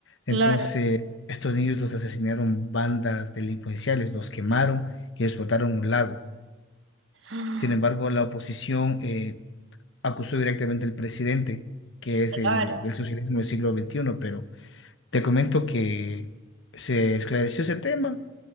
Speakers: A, on the right (about 70°); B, on the left (about 65°).
A: claro.
B: Entonces, estos niños los asesinaron bandas delincuenciales, los quemaron y les botaron un lago.
A: <gasps>
B: Sin embargo, la oposición eh, acusó directamente al presidente, que es el,
A: Claro.
B: del socialismo del siglo XXI, pero te comento que se esclareció ese tema